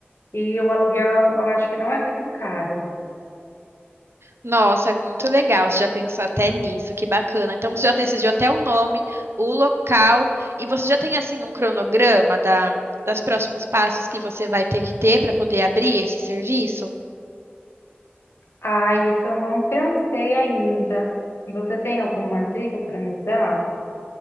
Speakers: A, on the left; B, on the right.
A: E o aluguel eu acho que não é muito caro.
B: Nossa, muito legal. Você já pensou até nisso, que bacana. Então você já decidiu até o nome, o local, e você já tem assim um cronograma da, das próximos passos que você vai ter que ter para poder abrir esse serviço?
A: Ah, isso eu não pensei ainda. Você tem alguma dica para me dar?